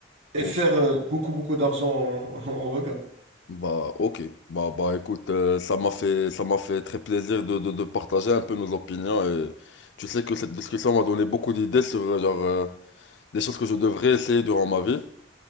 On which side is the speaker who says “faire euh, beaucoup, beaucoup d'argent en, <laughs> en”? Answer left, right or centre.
Right